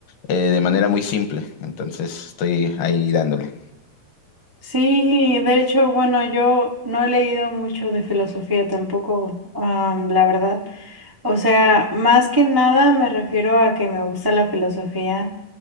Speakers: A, on the left; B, on the right.
A: eh, de manera muy simple. Entonces estoy ahí dándole,
B: Sí, de hecho, bueno, yo no he leído mucho de filosofía tampoco, ah, la verdad. O sea, más que nada me refiero a que me gusta la filosofía